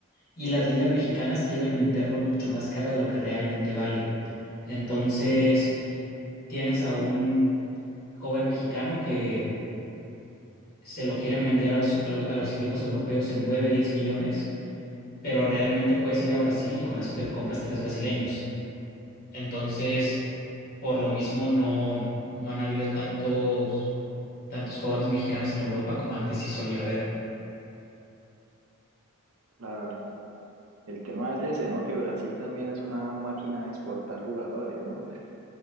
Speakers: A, on the left; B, on the right.
A: y las ligas mexicanas quieren venderlo mucho más caro de lo que realmente vale. Entonces, tienes a un joven mexicano que se lo quieren vender a los, a los- a los equipos europeos en 9 10 millones, pero realmente puedes ir a Brasil y con eso te compras tres brasileños. Entonces, por lo mismo, no, no han habido tantos, tantos jugadores mexicanos en Europa como antes sí solía haber.
B: Claro. El tema es ese, ¿no? Que Brasil también es una máquina de exportar jugadores, ¿no?